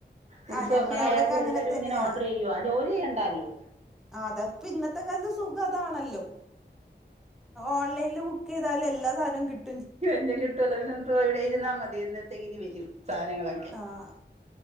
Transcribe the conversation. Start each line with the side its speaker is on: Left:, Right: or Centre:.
Right: ഉ ഉത്സവമൊക്കെ
Centre: ആഹ് ഞങ്ങളവിടൊക്കെ
Right: ആയാലും
Centre: അങ്ങനെ
Right: എല്ലാരും
Centre: തന്നെയാ
Right: ഇങ്ങനെ ഓർഡർ ചെയ്യുവോ ജോലി ചെയ്യേണ്ടല്ലോ
Centre: അതെ പിന്നെ ഇത്തെ കാലത്ത് സുഖതാണല്ലോ ഓൺലൈനിൽ ബുക്കയ്തൽ എല്ലാ സാധനവും കിട്ട
Right: കഞ്ഞ കിട്ടുവല്ലോ പിന്നെ എന്ത ഇവിടെ ഇരുന്നാ മതി എന്നത്തെ ഇനിഞ് വരും സാധനങ്ങളൊക്കെ
Centre: ആഹ്